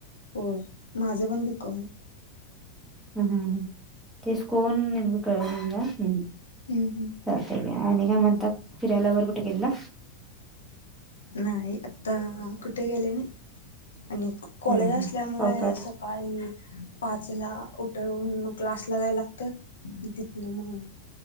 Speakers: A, on the left; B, in the centre.
A: होय माझ पण बी कॉम आहे.
B: ह ह तेच कोण नेमक कळना मला हम.
A: हम् हम्.
B: चालतंय घ्या आणि काय म्हणतात फिरायला वगैरे कुठे गेलेला?
A: नाही आता कुठे गेले नाही आणि कॉलेज
B: हां हां
A: असल्यामुळे
B: पावसात
A: सकाळी पाच ला उठवुन मग क्लास जायला लागत म तिथन म